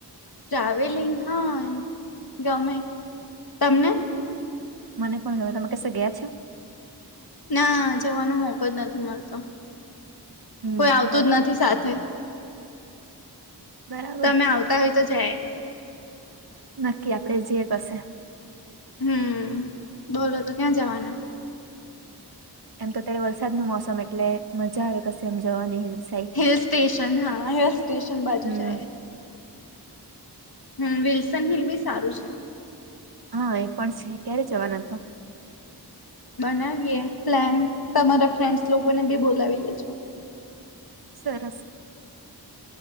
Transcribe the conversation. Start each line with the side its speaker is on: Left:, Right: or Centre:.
Left: ટ્રાવેલિંગ હા એમ ગમે તમને
Right: મને પણ ગમે તમે કસે ગયા છે
Left: ના જવાનો મોકો જ નથી મળતો
Right: હમ
Left: કોઈ આવતું
Right: બરા-
Left: જ નથી સાથે
Right: બરાબર
Left: તમે આવતા હોય તો જાય
Right: નક્કી આપડે જે કશે
Left: હમ બોલો તો ક્યાં જવાના
Right: એમ તો અત્યારે વરસાદ નું મોસમ એટલે મજા આવે કશે એમ જવાની સાઈડ
Left: હિલ સ્ટેશન હા હિલ સ્ટેશન બાજુ
Right: હમ
Left: જાય હમ વિલ્સન હિલ બી સારું છે
Right: હા એ પણ છે ક્યારે જવાના તો
Left: બનાવીએ પ્લાન તમારા ફ્રેન્ડસ લોકોને બી બોલાવી લે છો
Right: સરસ